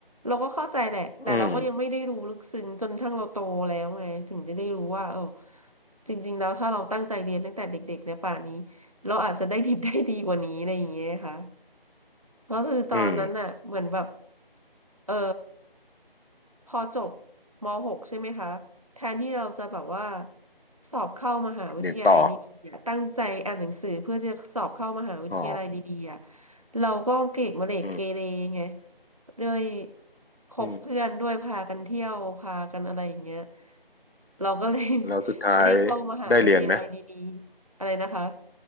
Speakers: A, on the right; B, on the left.
A: เราก็เข้าใจแหละแต่เราก็ยังไม่ได้รู้ลึกซึ้งจนทั้งเราโตแล้วไงถึงจะได้รู้ว่าเออ
B: อืม
A: จริงๆแล้วถ้าเราตั้งใจเรียนตั้งแต่เด็กๆเนี่ยป่านนี้เราอาจจะได้ดิบได้ดีกว่านี้อะไรอย่างเงี้ยค่ะก็คือตอนนั้นน่ะเหมือนแบบ
B: อืม
A: เออ พอจบม .6 ใช่ไหมคะแทนที่เราจะแบบว่าสอบเข้ามหาวิทยาลัยดีๆอะตั้งใจอ่านหนังสือเพื่อจะสอบเข้ามหาวิทยาลัยดีๆอะ
B: เรียนต่อ อ๋อ
A: เราก็เกรดมะเหลกเกเรไง
B: อืม
A: ด้วยคบเพื่อนด้วยพากันเที่ยวพากันอะไรอย่างเงี้ย
B: อืม
A: เราก็เลย
B: แล้วสุดท้าย
A: <laughs> ไม่ได้เข้ามหาวิทยาลัยดีๆอะไรนะคะ
B: ได้เรียนไหม